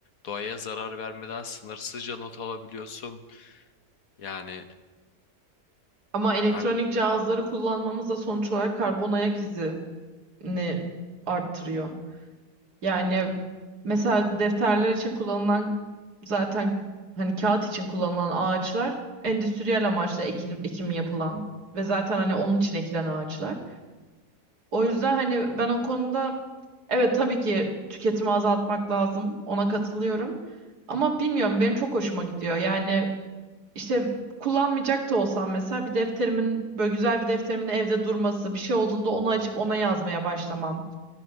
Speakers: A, on the left; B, on the right.
A: Doğaya zarar vermeden sınırsızca not alabiliyorsun. Yani
B: Ama elektronik
A: hem
B: cihazları kullanmamız da sonuç olarak karbon ayak izini arttırıyor. Yani mesela defterler için kullanılan zaten hani kağıt için kullanılan ağaçlar endüstriyel amaçla ekilim, ekimi yapılan ve zaten hani onun için ekilen ağaçlar. O yüzden hani ben o konuda evet tabii ki tüketimi azaltmak lazım. Ona katılıyorum. Ama bilmiyorum benim çok hoşuma gidiyor. Yani işte kullanmayacak da olsam mesela bir defterimin böyle güzel bir defterimin evde durması, bir şey olduğunda onu açıp ona yazmaya başlamam.